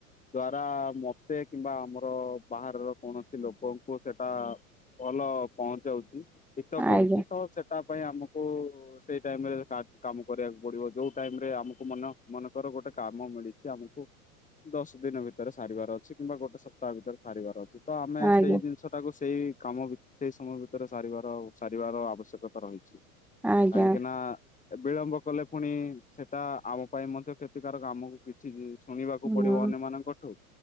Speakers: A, on the left (about 15°); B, in the centre.
A: ଦ୍ଵାରା ମତେ କିମ୍ବା ଆମର ବାହାରର କୌଣସି ଲୋକଙ୍କୁ ସେଟା ଭଲ ପହଞ୍ଚାଉଛି ହିତ କରୁଛି
B: ଆଜ୍ଞା
A: ତ ସେଟା ପାଇଁ ଆମକୁ ସେଇ ଟାଇମ ରେ କାମ କରିବାକୁ ପଡିବ ଯୋଉ ଟାଇମ ରେ ଆମକୁ ମନ ମନେକର ଗୋଟେ କାମ ମିଳିଛି ଆମକୁ ଦଶ ଦିନ ଭିତରେ ସାରିବାର ଅଛି କିମ୍ବା ଗୋଟେ ସପ୍ତାହ ଭିତରେ ସାରିବାର ଅଛି। ତ ଆମେ
B: ଆଜ୍ଞା
A: ସେଇ ଜିନିଷ ଟାକୁ ସେଇ କାମ ଭିତରେ ସେଇ ସମୟ ଭିତରେ ସାରିବାର ସାରିବାର ଆବଶ୍ୟକତା ରହିଛି
B: ଆଜ୍ଞା
A: କାହିଁକି ନା ବିଳମ୍ବ କଲେ ପୁଣି ସେଟା ଆମ ପାଇଁ ମଧ୍ୟ କେତେ ପ୍ରତିକାର କାମକୁ କିଛି ଶୁଣିବାକୁ
B: ହଁ
A: ପଡିବ ଅନ୍ୟ ମାନଙ୍କଠୁ